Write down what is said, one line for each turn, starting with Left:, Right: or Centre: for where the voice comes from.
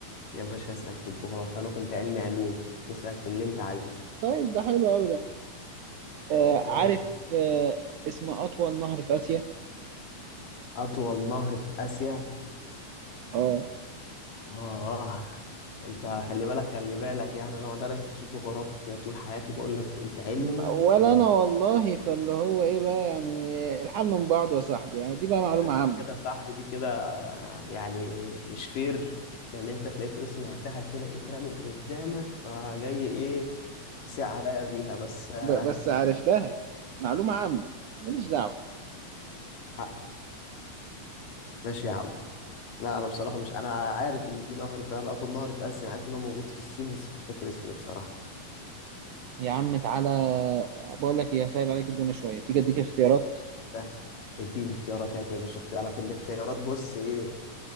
Left: يا باشا اسأل في الجغرافيا أنا كنت علمي علوم اسأل في اللي أنت عايزه
Right: طيب ده حلو أوي ده آه عارف
Left: آه،
Right: آه اسم أطول نهر في آسيا؟
Left: أطول نهر في آسيا
Right: اه
Left: آه أنت خلي بالك خلي بالك يعني أنا ما درستش جغرافيا طول حياتي بقول لك كنت علمي
Right: م- ولا
Left: و-
Right: أنا والله فاللي هو إيه بقى يعني الحال من بعضه يا صاحبي يعني دي بقى معلومة
Left: فاهم
Right: عامة
Left: أنت كده يا صاحبي دي كده آه، يعني مش فير لأن أنت تلاقيك إيه سمعتها كده إيه اترمت قدامك فجاي إيه تسيع عليا بيها بس آه،
Right: ب- بس عرفتها معلومة عامة ماليش دعوة
Left: حقك ماشي يا عم لا انا بصراحه مش انا عارف ان في نهر فعلا اطول نهر في اسيا انا عارف ان هو موجود في الصين بس مش فاكر اسمه ايه بصراحه
Right: يا عم تعالى بقول لك ايه هسهل عليك الدنيا شوية تيجي اديك اختيارات
Left: سهل. اديني اختيارات هات يا باشا اختيار انا في الاختيارات بص ايه